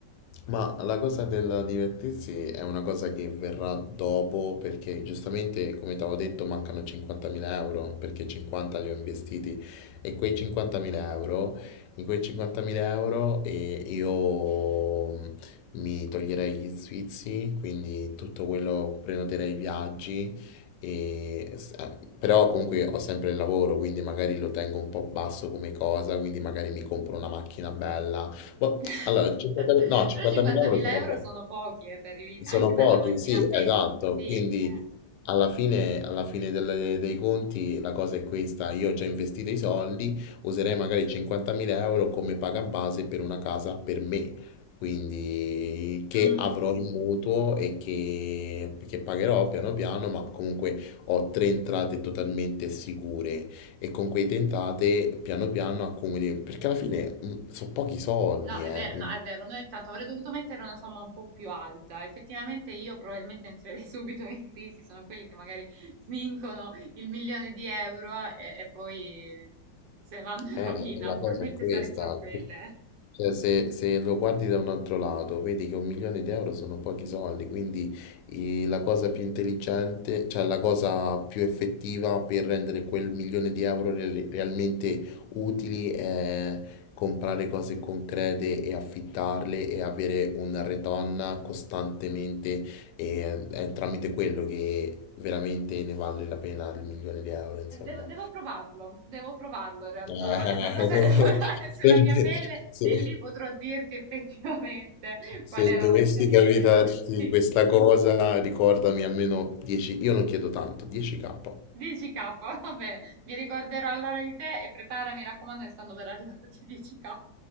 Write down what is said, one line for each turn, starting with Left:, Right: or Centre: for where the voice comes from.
Left: Ma la cosa del divertirsi è una cosa che verrà dopo perché giustamente, come ti avevo detto, mancano 50.000 euro perché 50 li ho investiti e quei 50.000 euro, in quei 50.000 euro eh, io mm, mi toglierei gli sfizi, quindi tutto quello prenoterei i viaggi, e, s- ah, però comunque ho sempre il lavoro, quindi magari lo tengo un po' basso come cosa, quindi magari mi compro una macchina bella ma
Right: <laughs>
Left: allora 50
Right: Però
Left: no, 50.000
Right: 50.000
Left: € sono
Right: euro
Left: pochi.
Right: sono pochi, eh, per i vid-
Left: Sono
Right: anche per
Left: pochi,
Right: la macchina
Left: sì,
Right: bella.
Left: esatto.
Right: Sì,
Left: Quindi
Right: eh.
Left: alla fine, alla fine delle- dei conti la cosa è questa. Io ho già investito i soldi, userei magari 50.000 euro come paga base per una casa per me. Quindi che
Right: Mm,
Left: avrò in mutuo e che, che pagherò piano piano, ma comunque ho tre entrate totalmente sicure e con quei tentate piano piano accumuli, perché alla fine sono pochi soldi,
Right: no, è
Left: eh.
Right: vero, no, è vero, noi intanto avrei dovuto mettere una somma un po' più alta. Effettivamente io probabilmente entrerei <laughs> subito in crisi, sono quelli che magari vincono il milione di euro e, e poi mm, se vanno in
Left: Eh,
Right: rovina,
Left: la
Right: probabilmente
Left: cosa è questa.
Right: sarei tra quelle. eh.
Left: Cioè, se, se lo guardi da un altro lato, vedi che un milione di euro sono pochi soldi, quindi i- la cosa più intelligente, cioè la cosa più effettiva per rendere quel milione di euro re- realmente utili è comprare cose concrete e affittarle e avere una retorn costantemente e è tramite quello che veramente ne vale la pena il milione di euro, insomma.
Right: Eh, Devo, devo provarlo, devo provarlo in realtà,
Left: Eh,
Right: è una cosa da <laughs> lavorare sulla mia pelle
Left: <laughs> se-
Right: e lì
Left: se-
Right: potrò dirti effettivamente
Left: Se
Right: qual era
Left: dovessi
Right: l'opzione
Left: capitarti
Right: migliore, ok?
Left: questa
Right: <laughs>
Left: cosa, ricordami almeno 10, io non chiedo tanto, 10k.
Right: 10k, va bene, mi ricorderò allora di te e prepara, mi raccomando, che stanno per arrivarti <laughs> 10k,